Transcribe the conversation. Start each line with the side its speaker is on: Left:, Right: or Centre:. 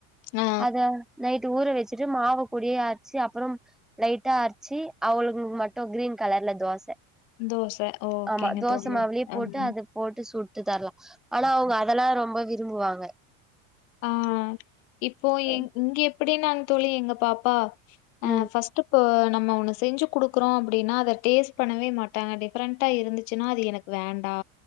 Left: ஆ,
Centre: அத நைட் ட்டு ஊற வெச்சுட்டு மாவு பொடியா அரச்சு அப்றம் லைட்டா அரச்சி அவுளுகளுக்கு மட்டு கிரீன் கலர்ல தோச
Left: தோச ஓ ஓகேங்க
Centre: ஆமா தோச
Left: தோழி
Centre: மாவுலயே போட்டு
Left: அம்
Centre: அது போட்டு சுட்டு தர்லா ஆனா அவுங்க அதெல்லா ரொம்ப விரும்புவாங்க
Left: ஆ இப்போ
Centre: ம்
Left: எங் இங்க எப்புடின்னா தோழி எங்க பாப்பா அ
Centre: ம்
Left: ஃபஸ் ட்டு இப்பொ நம்ம ஒன்னு செஞ்சு குடுக்குறோ அப்புடின்னா அத டேஸ்ட் பண்ணவே மாட்டாங்க டிஃப்ரெண்டா இருந்துச்சுன்னா அது எனக் வேண்டா